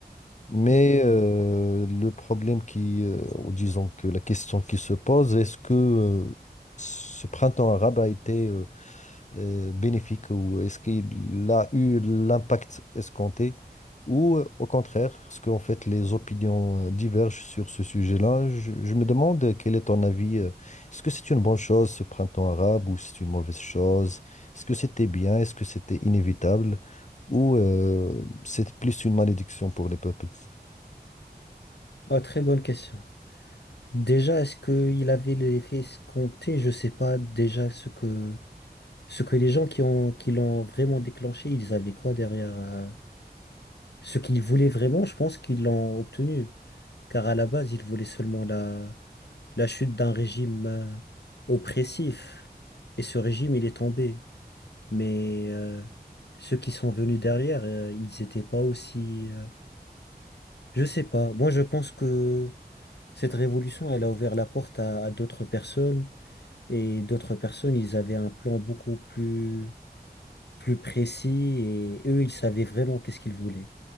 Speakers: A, on the left (about 45°); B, on the left (about 80°).
A: Mais
B: ok,
A: euh,
B: ouais.
A: le problème qui, euh, ou disons que la question qui se pose, est-ce que euh, ce printemps arabe a été euh, euh, bénéfique ou est-ce qu'il a eu l'impact escompté ou euh, au contraire, parce qu'en fait les opinions euh, divergent sur ce sujet-là. Je, je me demande quel est ton avis. euh, Est-ce que c'est une bonne chose ce printemps arabe ou c'est une mauvaise chose? Est-ce que c'était bien? Est-ce que c'était inévitable? Ou euh, c'est plus une malédiction pour les peuples?
B: Ah, très bonne question. Déjà, est-ce qu'il avait l'effet escompté? Je sais pas déjà ce que ce que les gens qui ont qui l'ont vraiment déclenché, ils avaient quoi derrière euh, Ce qu'ils voulaient vraiment, je pense qu'ils l'ont obtenu. Car à la base, ils voulaient seulement la, la chute d'un régime euh, oppressif. Et ce régime, il est tombé. Mais euh, ceux qui sont venus derrière, euh, ils n'étaient pas aussi... euh, Je sais pas. Moi, je pense que cette révolution, elle a ouvert la porte à, à d'autres personnes. Et d'autres personnes, ils avaient un plan beaucoup plus, plus précis. Et eux, ils savaient vraiment qu'est-ce qu'ils voulaient.